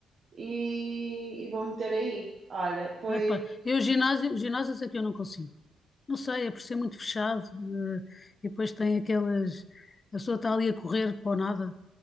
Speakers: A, on the right (about 45°); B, on the left (about 35°).
A: e, e vou meter aí. Olha, foi
B: Epá, eu ginásio, ginásios é que eu não consigo. Não sei, é por ser muito fechado, eh, e depois tem aquelas. A pessoa está ali a correr para o nada,